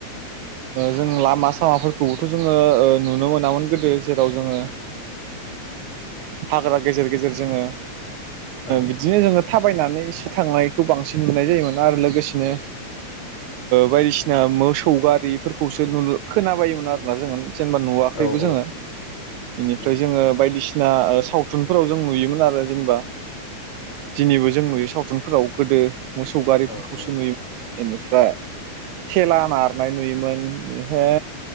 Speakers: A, on the right; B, on the left.
A: जों लामा सामाफोरखौबोथ' जोङो नुनो मोनामोन गोदो जेराव जोङो हाग्रा गेजेर गेजेर जोङो।
B: औ
A: बिदिनो जोङो थाबायनानै एसे थांनायखौ बांसिन नुनाय जायोमोन। आरो लोगोसेनो
B: औ
A: बायदिसिना मोसौ गारिफोरखौसो नुनो खोनाबायोमोन आरोना जोंङो। जेनेबा नुवाखैबो
B: औ औ
A: जोङो बेनिफ्राय
B: उम
A: जोङो बायदिसि ना सावथुनफोराव जों नुयोमोन आरो जेनेबा दिनैबो जों नुयो सावथुनफोराव। गोदो मोसौ गारिफोरखौसो
B: औ नुयो
A: नुयोमोन बेनिफ्राय थेला नारनाय नुयोमोन बेनिफ्राय